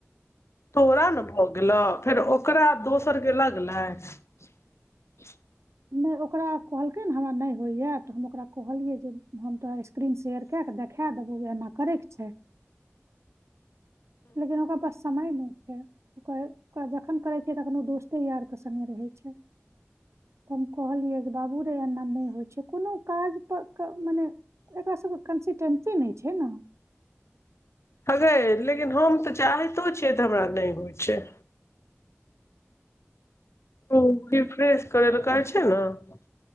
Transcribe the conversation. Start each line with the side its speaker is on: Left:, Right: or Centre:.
Left: तोड़ा ने भऽ गेलौ फेर ओकरा दोसरके लगलै। <unintelligible>
Right: नहि ओकरा कहलकै ने हमरा नहि होइए तऽ हम ओकरा कहलियै जे हम तोरा स्क्रीन शेयर कए कऽ देखा देबौ जे एना करैके छैय। लेकिन ओकरा पास समय नहि छैय उ कहै जखन करै छैय तखनो दोस्ते यार के संघे रहै। रहै छैय हम कहलियै जे बाबू रे एना नहि होइ छैय कोनो काज पर मने एकरा सब के कंसीटेंसी नइ छैय ना।
Left: हगे लेकिन हम तऽ चाहतो छियै तऽ हमरा नहि होइ छैय। ओ रिफ्रेश करैला कहै छैय न।